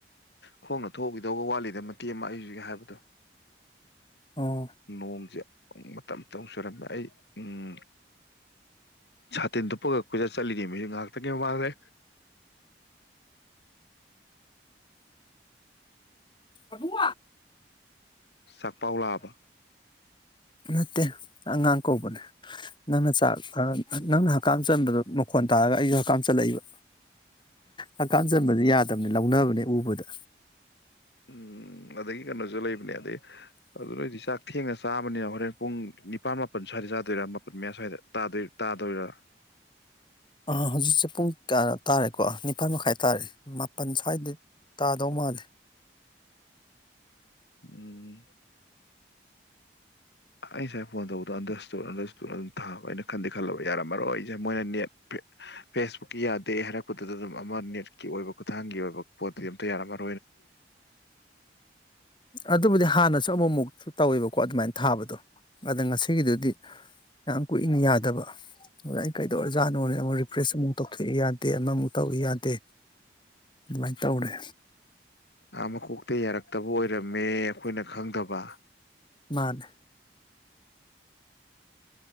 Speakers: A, on the left; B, on the left.
A: ꯈꯣꯡꯅ ꯊꯣꯛꯎꯈꯤꯗꯧꯕ ꯋꯥꯠꯂꯤꯗ ꯃꯇꯦꯛ ꯑꯃ ꯑꯩꯁꯤꯒ ꯍꯥꯏꯕꯗꯣ
B: ꯑꯣ
A: ꯅꯣꯡꯖ ꯃꯇꯝ ꯃꯇꯝꯨꯛ ꯁꯨꯔꯝꯃꯦ ꯑꯩ ꯎꯝ ꯁꯥꯇꯤꯟꯗꯨꯨꯞꯄꯒ ꯑꯩꯈꯣꯏꯗꯠꯂꯤꯉ ꯃꯤ ꯉꯥꯛꯇ ꯀꯩ ꯋꯥꯡꯔꯦ
B: ꯀꯨꯡ
A: ꯆꯥꯛꯄꯥꯎ ꯂꯥꯛꯑꯕ
B: ꯃꯠꯇꯦ ꯑꯉꯥꯡ ꯀꯧꯕꯅꯦ ꯅꯪꯅ ꯆꯥꯛ ꯅꯪꯅ ꯍꯛꯀꯝ ꯆꯟꯕꯗ ꯃꯈꯣꯟ ꯇꯥꯔꯒ ꯑꯩꯁꯨ ꯍꯛꯀꯝ ꯆꯜꯂꯛꯏꯕ ꯍꯛꯀꯝ ꯆꯟꯕꯗꯤ ꯌꯥꯗꯕꯅꯤ ꯂꯧꯅꯕꯅꯦ ꯎꯕꯗ
A: ꯎꯝ ꯑꯗꯒꯤ ꯀꯩꯅꯣꯁꯨ ꯂꯩꯕꯅꯦ ꯑꯗꯩ ꯑꯗꯨ ꯅꯣꯏꯗꯤ ꯆꯥꯛ ꯊꯦꯡꯅ ꯆꯥꯕꯅꯤꯅ ꯍꯣꯔꯦꯟ ꯄꯨꯡ ꯅꯤꯄꯥꯜ ꯃꯥꯄꯜ ꯁ꯭ꯋꯥꯏꯗ ꯆꯥꯗꯣꯏꯔꯥ ꯃꯥꯄꯜ ꯃꯌꯥ ꯁ꯭ꯋꯥꯏꯗꯣꯏ ꯇꯥꯗꯣꯏꯔꯥ
B: ꯑ ꯍꯧꯖꯤꯛꯁꯦ ꯄꯨꯡ ꯀꯌꯥ ꯇꯥꯔꯦꯀꯣ ꯅꯤꯄꯥꯜ ꯃꯈꯥꯏ ꯇꯥꯔꯦ ꯃꯥꯄꯜ ꯁ꯭ꯋꯥꯏꯗ ꯇꯥꯗꯧ ꯃꯥꯜꯂꯦ
A: ꯎꯝ ꯑꯩ ꯉꯁꯦ ꯐꯣꯟ ꯇꯧꯕꯗꯣ ꯑꯟꯗꯔꯁꯇ ꯑꯟꯗꯔꯇ ꯑꯗꯨꯝ ꯊꯥꯕ ꯑꯩꯅ ꯈꯟꯗꯤꯦ ꯈꯜꯂꯕ ꯌꯥꯔꯝꯃꯔꯣꯏ ꯑꯩꯁꯦ ꯃꯣꯏꯅ ꯅꯦꯠ ꯐꯦꯁꯕꯨꯛꯀꯤ ꯌꯥꯗꯦ ꯍꯥꯏꯔꯛꯄꯗꯨꯗ ꯑꯗꯨꯝ ꯑꯃ ꯅꯦꯠꯀꯤ ꯑꯣꯏꯕ ꯈꯨꯊꯥꯡꯒꯤ ꯑꯣꯏꯕ ꯄꯣꯠꯇꯨꯗꯤ ꯑꯝꯇ ꯌꯥꯔꯝꯃꯔ
B: ꯑꯗꯨꯕꯨꯗꯤ ꯍꯥꯟꯅꯁꯤ ꯁ ꯑꯃꯃꯨꯛ ꯇꯧꯋꯦꯕꯀꯣ ꯑꯗꯨꯃꯥꯏꯅ ꯊꯥꯕꯗꯣ ꯑꯗ ꯉꯁꯤꯒꯤꯗꯨꯗꯤ ꯌꯥꯝ ꯀꯨꯏꯅ ꯌꯥꯗꯕ ꯑꯗ ꯑꯩ ꯀꯩꯗꯧꯔ ꯖꯥꯠꯅꯣꯅꯦ ꯑꯃꯨꯛ ꯔꯤꯐ꯭ꯔꯦꯁ ꯑꯃꯨꯛ ꯇꯧꯊꯣꯛꯏ ꯌꯥꯗꯦ ꯑꯃꯃꯨꯛ ꯇꯧꯏ ꯌꯥꯗꯦ ꯑꯗꯨꯃꯥꯏꯅ ꯇꯧꯔꯦ
A: ꯍ ꯃꯀꯣꯛꯇ ꯌꯥꯔꯛꯇꯕ ꯑꯣꯏꯔꯝꯃꯦ ꯑꯩꯈꯣꯏꯅ ꯈꯪꯗꯕ
B: ꯃꯥꯅꯦ